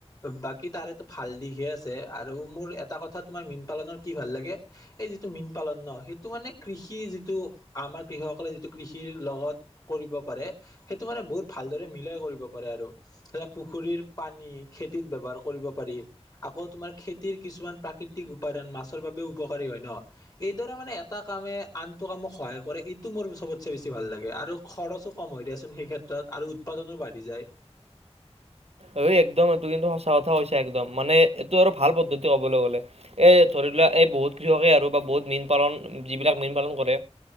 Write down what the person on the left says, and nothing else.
বাকী তাৰে ভাল দিশহে আছে আৰু মোৰ এটা কথা তোমাৰ মীন পালনৰ কি ভাল লাগে, এই যিটো মীন পালন ন সেইটো মানে কৃষি যিটো আমাৰ কৃষকসকলে যিটো কৃষিৰ লগত কৰিব পাৰে সেইটো মানে বহুত ভাল। ভাল মিলাই কৰিব পাৰে আৰু। পুখুৰীৰ পানী খেতিত ব্যৱহাৰ কৰিব পাৰি আকৌ তোমাৰ খেতিৰ কিছুমান প্ৰাকৃতিক উপাদান মাছৰ বাবেও উপকাৰী হয় ন? এইদৰে মানে এটা কামে আনটো কামক সহায় কৰে। এইটো মোৰ চবতচে বেছি ভাল লাগে। আৰু খৰচো কম হয়। সেই ক্ষেত্ৰত আৰু উৎপাদনো বাঢ়ি যায়।